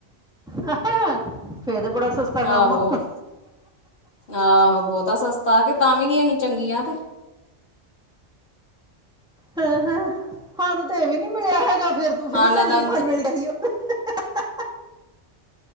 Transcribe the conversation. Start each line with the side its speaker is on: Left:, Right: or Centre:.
Centre: ਹੰਹਾ ਫੇਰ ਤਾਂ ਬੜਾ ਸਸਤਾ ਕੰਮ
Left: ਆਹੋ
Centre: ਆ
Left: ਆਹੋ ਬਹੁਤ ਸਸਤਾ ਕਿ ਤਾਂ ਵੀ ਨੀ ਅਸੀਂ ਚੰਗੀਆਂ ਤੇ
Centre: ਹਾਂ ਹ ਸਾਨੂੰ ਤੇ ਇਹ ਵੀ ਨੀ ਮਿਲਿਆ ਹੈਗਾ ਫਿਰ ਤੂੰ ਫ
Left: ਹਾਂ
Centre: ਵੀ
Left: ਨਾ
Centre: ਚੰਗੇ
Left: ਤਾਂ
Centre: ਮ ਮਿਲ ਗਈ ਹੋ ਹੰ ਹੰ ਹੰ